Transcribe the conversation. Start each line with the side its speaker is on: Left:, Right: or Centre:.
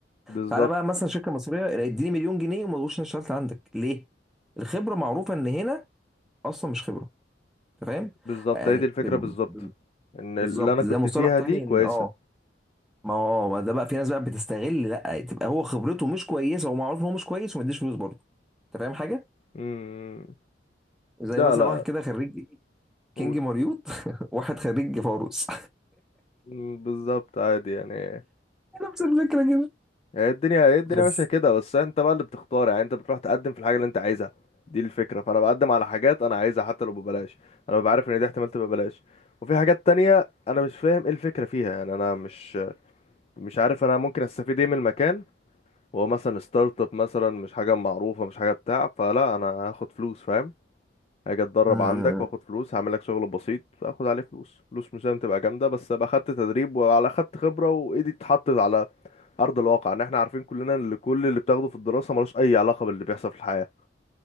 Left: بالظبط
Centre: تعالى بقى مثلا شركه مصريه اديني مليون جنيه وما تقولش انا اشتغلت عندك ليه الخبره معروفه ان هنا اصلا مش خبره انت فاهم
Left: بالظبط
Centre: يعني
Left: هي دي الفكرة
Centre: ب-
Left: بالظبط
Centre: ب-
Left: ان
Centre: بالظبط
Left: اللي انا كنت
Centre: ده مصطلح
Left: فيها
Centre: تاني
Left: دي كويسة
Centre: ان اه ما هو ده بقى في ناس بقى بتستغل لا تبقى هو خبرته مش كويسه ومعروف ان هو مش كويس وما يديش فلوس برضه انت فاهم حاجه
Left: امم
Centre: زي
Left: لا
Centre: مثلا
Left: لا
Centre: واحد كده خريج كينج
Left: قول
Centre: مريوط <laughs> واحد خريج فاروس
Left: مم، بالظبط عادي يعني
Centre: <laughs> نفس الفكره كده
Left: هي الدنيا هي الدنيا
Centre: بس
Left: ماشية كده بس انت بقى اللي بتختار يعني انت بتروح تقدم في الحاجة اللي انت عايزها دي الفكرة فانا بقدم على حاجات انا عايزها حتى لو ببلاش انا ببقى عارف ان دي احتمال تبقى ببلاش وفي حاجات تانية انا مش فاهم ايه الفكرة فيها يعني انا مش مش عارف انا ممكن استفيد ايه من المكان هو مثلا ستارت اب مثلا مش حاجة معروفة مش حاجة بتاع فلا انا هاخد فلوس فاهم هاجي اتدرب
Centre: مم.
Left: عندك واخد فلوس هعمل لك شغل بسيط اخد عليه فلوس فلوس مش لازم تبقى جامده بس ابقى خدت تدريب وعلى خدت خبره وايدي اتحطت على ارض الواقع ان احنا عارفين كلنا ان كل اللي بتاخده في الدراسه ملوش اي علاقه باللي بيحصل في الحياه